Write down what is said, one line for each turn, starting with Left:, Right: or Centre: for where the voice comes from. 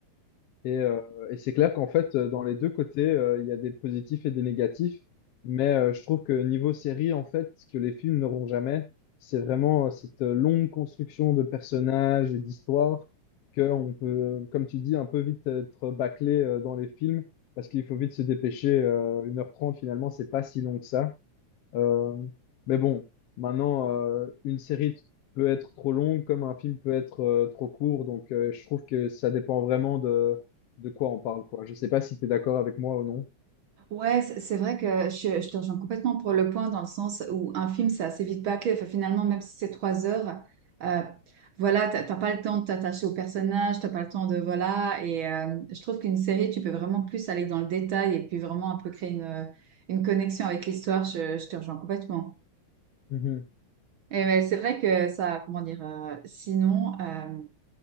Left: Et, euh, et c'est clair qu'en fait, euh, dans les deux côtés, euh, il y a des positifs et des négatifs. Mais euh, je trouve que niveau série, en fait, ce que les films n'auront jamais, c'est vraiment euh, cette euh, longue construction de personnages et d'histoires qu'on peut, comme tu dis, un peu vite être bâclé euh, dans les films parce qu'il faut vite se dépêcher. Euh, 1h30, finalement, c'est pas si long que ça. Euh, mais bon, maintenant, euh, une série t- peut être trop longue comme un film peut être euh, trop court. Donc, euh, je trouve que ça dépend vraiment de, de quoi on parle, quoi. Je sais pas si tu es d'accord avec moi ou non.
Right: Ouais, c'est c'est vrai que je, je te rejoins complètement pour le point dans le sens où un film, c'est assez vite bâclé. Enfin, finalement, même si c'est trois heures, euh, voilà, t'as t'as pas le temps de t'attacher au personnage, t'as pas le temps de, voilà. Et euh, je trouve qu'une série, tu peux vraiment plus aller dans le détail et puis vraiment un peu créer une, une connexion avec l'histoire. Je, je te rejoins complètement.
Left: Mhm.
Right: Et mais c'est vrai que ça, comment dire, euh, sinon, euh,